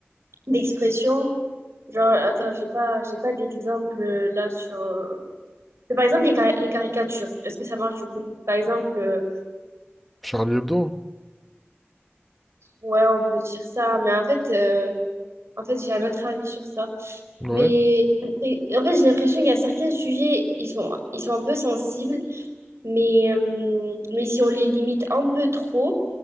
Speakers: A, on the right; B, in the centre.
A: d'expression. Genre, attends, j'ai pas, j'ai pas d'exemple euh, là sur. euh, mais par exemple, les, ca- les caricatures, est-ce que ça marche du coup? Par exemple, euh,
B: Charlie Hebdo?
A: Ouais, on peut dire ça, mais en fait, euh, en fait, j'ai un autre avis sur ça.
B: Ouais.
A: Mais et- en fait, j'ai l'impression qu'il y a certains sujets, ils sont, ils sont un peu sensibles, mais, euh, mais si on les limite un peu trop,